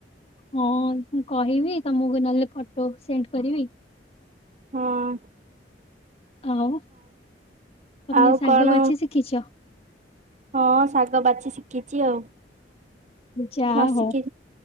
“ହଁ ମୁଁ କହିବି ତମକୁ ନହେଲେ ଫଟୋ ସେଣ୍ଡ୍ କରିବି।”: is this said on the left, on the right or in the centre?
Left